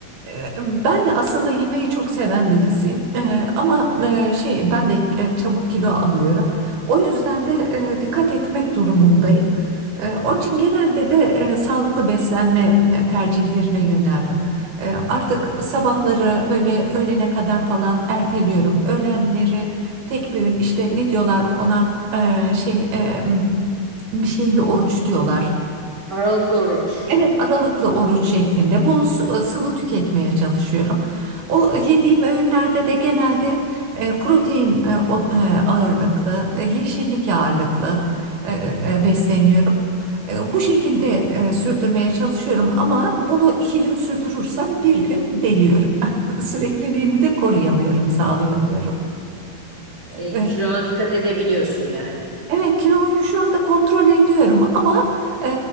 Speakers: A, on the right; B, on the right.
A: Ee, Ben de aslında yemeği çok seven birisiyim. Ee, ama e, şey ben de e, çabuk kilo alıyorum. O yüzden de e, dikkat etmek durumundayım. Ee, Onun için genelde de e, sağlıklı beslenme e, tercihlerine yöneldim. Ee, Artık sabahları böyle öğlene kadar falan erteliyorum. Öğlenleri tek bir öğün işte ne diyorlar ona e, şey e, bir şeyle oruç diyorlar.
B: Aralıklı oruç.
A: Evet, aralıklı oruç şeklinde bol su- sıvı tüketmeye çalışıyorum. O yediğim öğünlerde de genelde e, protein e, o- e, ağırlıklı, e, yeşillik ağırlıklı e, e, besleniyorum. E, Bu şekilde e, sürdürmeye çalışıyorum ama bunu iki gün sürdürürsem bir gün deliyorum. <laughs> Sürekliliğini de koruyamıyorum, sağlayamıyorum. E,
B: E, kilona dikkat edebiliyorsun yani.
A: Evet kiloyu şu anda kontrol ediyorum ama e,